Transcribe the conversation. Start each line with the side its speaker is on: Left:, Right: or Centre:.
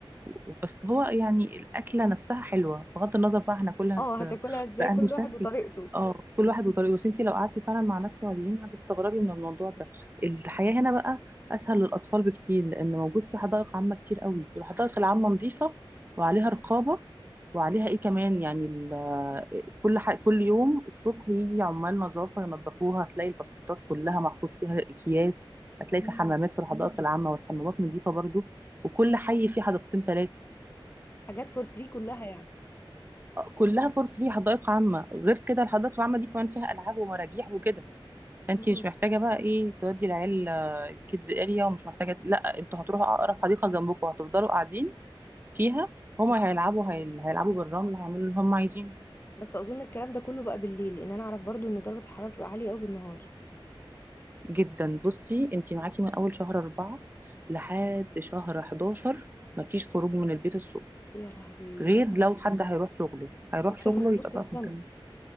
Right: وبس هو يعني الأكلة نفسها حلوة بغض النظر بقى هناكلها
Left: اه
Right: ب...
Left: هتاكلها ازاي
Right: بأنهي
Left: كل
Right: شكل
Left: واحد وطريقته
Right: اه كل واحد وطريقه بس انتي لو قعدتي فعلا مع ناس سعوديين هتستغربي من الموضوع ده الحياة هنا بقى أسهل للأطفال بكتير لأن موجود في حدائق عامة كتير قوي والحدائق العامة نظيفة وعليها رقابة وعليها ايه كمان يعني ال- كل ح... كل يوم الصبح يجي عمال نظافه ينظفوها هتلاقي الباسكتات كلها محطوط فيها اكياس هتلاقي
Left: مم.
Right: في حمامات في الحدائق العامه والحمامات نظيفه برضو وكل حي فيه حديقتين ثلاثه
Left: حاجات فور فري كلها يعني
Right: كلها فور فري حدائق عامه غير كده الحدائق العامه دي كمان فيها العاب ومراجيح وكده فانت
Left: مم.
Right: مش محتاجه بقى ايه تودي العيال آه، الكيدز اريا ومش محتاجه لا انتوا هتروحوا اقرب حديقه جنبكم هتفضلوا قاعدين فيها هما
Left: مم.
Right: هيلعبوا هيل... هيلعبوا بالرمل هيعملوا اللي هما عايزينه
Left: بس اظن الكلام ده كله بقى بالليل لان انا اعرف برضو ان درجه الحراره بتبقى عاليه قوي بالنهار
Right: جدا بصي انتي معاكي من اول شهر أربعة لحد شهر 11 مفيش خروج من البيت الصبح
Left: يا لهوي
Right: غير لو حد هيروح شغله هيروح
Left: ده اكتر
Right: شغله
Left: من
Right: يبقى
Left: نص السنه
Right: بقى في مكان